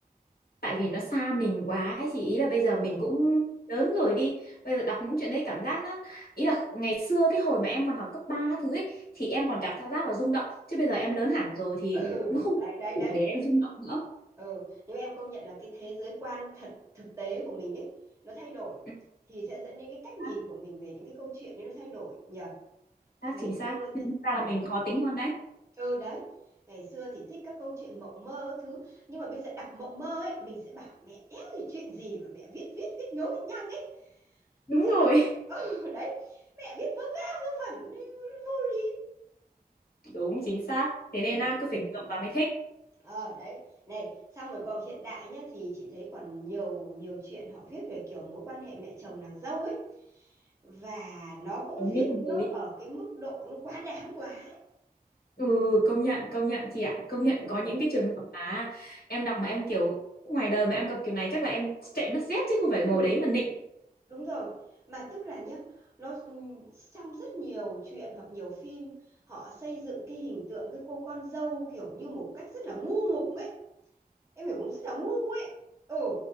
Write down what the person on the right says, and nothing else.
Ừ,
ừ,
đấy, đấy, đấy.
Ừ, nhưng em công nhận là cái thế giới quan thật thực tế của mình ấy, nó thay đổi.
Thì sẽ dẫn đến cái cách nhìn
của mình về những cái câu chuyện ấy nó thay đổi nhờ.
Ngày
xưa
thì...
ừ.
Ừ đấy Ngày xưa thì thích các câu chuyện mộng mơ các thứ Nhưng mà bây giờ đọc mộng mơ ấy Mình sẽ bảo mẹ éo gì chuyện gì mà mẹ viết viết viết nhố viết nhăng ấy
Thế
là <laughs> ừ, đấy Mẹ viết vớ va vớ vẩn Vô lý
đấy.
Ừ.
Ờ đấy Này xong rồi còn hiện đại nhá Thì chị thấy còn nhiều nhiều chuyện họ viết về kiểu mối quan hệ mẹ chồng nàng dâu ấy Và nó cũng
viết
nó
ở cái mức độ nó quá đáng quá ấy.
Ừ
Ừ
Đúng rồi, mà tức là nhá, nó ừm, trong rất nhiều chuyện hoặc nhiều phim họ xây dựng cái hình tượng cái cô con dâu kiểu như một cách rất là ngu ngục ấy. Em hiểu không? Rất là ngu ấy. Ừ,